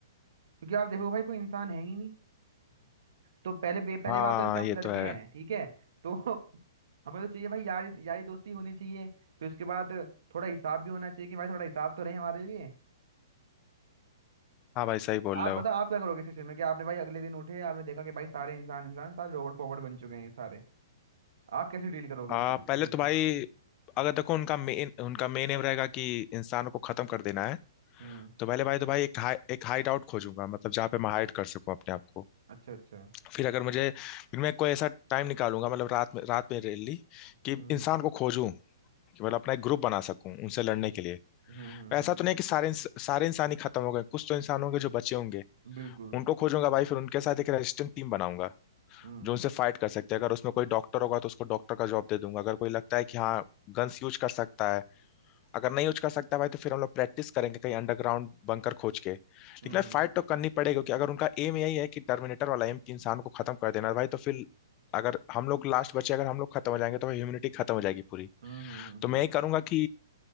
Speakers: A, on the right; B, on the left.
A: क्योंकि आप देखो भाई कोई इंसान है ही नहीं तो पहले बे- पहले
B: हाँ
A: बात तो जैसे हम
B: ये
A: लड़के
B: तो है
A: हैं ठीक है तो <laughs> हमें तो चाहिए भाई यारी यारी दोस्ती होनी चाहिए फिर उसके बाद थोड़ा हिसाब भी होना चाहिए कि भाई थोड़ा हिसाब तो रहे हमारे लिए
B: हाँ भाई सही बोल
A: आप
B: रहे हो
A: बताओ आप क्या करोगे इस सिचुएशन में कि आपने भाई अगले दिन उठे आपने देखा कि भाई सारे इंसान इंसान सारे रोबोट फॉरवर्ड बन चुके हैं ये सारे आप कैसे डील करोगे
B: आ,
A: इस इस सिचुएशन
B: पहले तो भाई
A: से
B: अगर देखो उनका मेन उनका मेन एम रहेगा कि इंसानों को खत्म कर देना है
A: हम्म
B: तो पहले भाई तो भाई एक हाई एक हाइड आउट खोजूंगा मतलब जहाँ पे मैं हाइड कर सकूं अपने आप को
A: अच्छा अच्छा
B: फिर अगर मुझे फिर मैं कोई ऐसा टाइम निकालूंगा मतलब रात में रात में रैली कि
A: हम्म
B: इंसान को खोजूं कि मतलब अपना एक ग्रुप बना सकूं उनसे लड़ने के लिए
A: हम्म हम्म
B: ऐसा
A: हम्म,
B: तो नहीं कि सारे इंस- सारे इंसान ही खत्म हो गए कुछ तो इंसान होंगे जो बचे होंगे
A: हम्म। बिल्कुल
B: उनको खोजूंगा भाई फिर उनके साथ एक रेजिस्टेंट टीम बनाऊंगा
A: हम्म
B: जो उनसे फाइट कर सकते हैं अगर उसमें कोई डॉक्टर होगा तो उसको डॉक्टर का जॉब दे दूंगा अगर कोई लगता है कि हाँ गन्स यूज कर सकता है अगर नहीं यूज कर सकता भाई तो फिर हम लोग प्रैक्टिस करेंगे कहीं अंडरग्राउंड बंकर खोज के लेकिन
A: हम्म
B: फाइट
A: हम्म
B: तो करनी पड़ेगी क्योंकि अगर उनका एम यही है कि टर्मिनेटर वाला एम कि इंसान को खत्म कर देना है, भाई तो फिर अगर हम लोग लास्ट बचे अगर हम लोग खत्म हो जाएंगे तो ह्यूमनिटी खत्म हो जाएगी पूरी
A: हम्म हम्म हम्म,
B: तो
A: हम्म।
B: मैं यही करूंगा कि